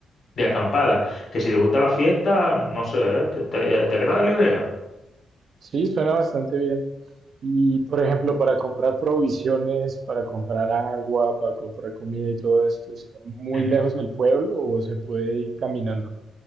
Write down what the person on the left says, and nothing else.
de acampada, que si te gusta la fiesta, no sé, ¿eh? ¿Te, te- te agrada la idea?
Ujú,
ujú.